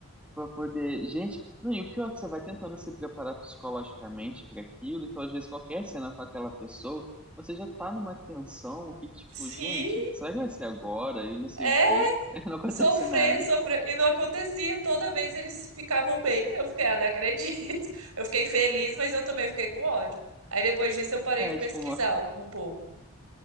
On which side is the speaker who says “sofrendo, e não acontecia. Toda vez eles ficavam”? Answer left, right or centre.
Right